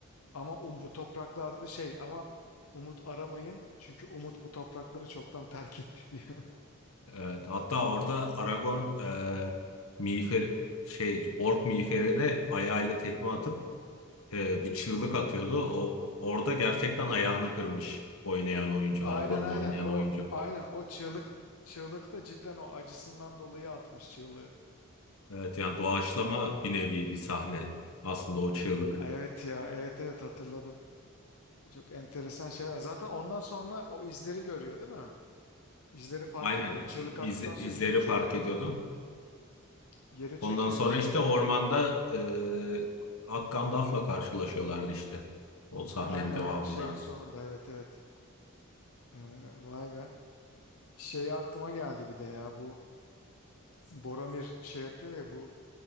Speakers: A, on the left (about 85°); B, on the left (about 70°).
A: Ama um, bu topraklarda şey ama umut aramayın çünkü umut bu toprakları çoktan terk etti diyor.
B: Evet. Hatta orada Aragorn e, miğfer şey ork miğferine ayağıyla tekme atıp e, bir çığlık atıyordu. O orada gerçekten ayağını kırmış oynayan
A: <laughs>
B: oyuncu,
A: Aynen
B: Aragorn'u
A: aynen
B: oynayan
A: o
B: oyuncu.
A: aynen o çığlık çığlık da cidden o acısından dolayı atmış çığlığı.
B: Evet yani doğaçlama bir nevi bir sahne aslında o çığlık.
A: Evet ya evet evet hatırladım. Çok enteresan şeyler. Zaten ondan sonra o izleri görüyor değil mi? İzleri fark
B: Aynen
A: ediyor. Çığlık
B: iz,
A: attıktan
B: izleri
A: sonra yere çöküyor.
B: fark ediyordu.
A: Yere çöküyor
B: Ondan sonra
A: işte.
B: işte ormanda e, Ak Gandalf'la karşılaşıyorlardı işte o sahnenin
A: Aynen
B: devamında.
A: aynen şeyin sonunda evet evet. Ee, vay be. Şey aklıma geldi bir de ya bu Boromir şey yapıyor ya bu